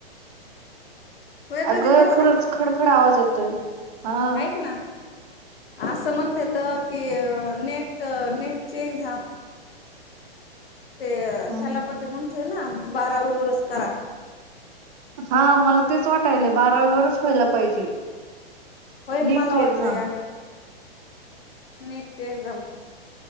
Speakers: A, on the left (about 70°); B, on the right (about 40°).
A: होय ग
B: अगं
A: जिज्ञासा
B: खरंच खडखड आवाज येतोय, हां
A: ऐक ना असं म्हणत्यात की नेट नेटची एक्झांम ते
B: हम्म.
A: थेलापती म्हणतोय ना, बारावी वरच करा
B: हा मला तेच वाटायलंय, बारावीवरंच व्हायला पाहिजे.
A: होयन
B: नीटची
A: मला वाटतंया
B: एक्झाम.
A: नीटची एक्झांम.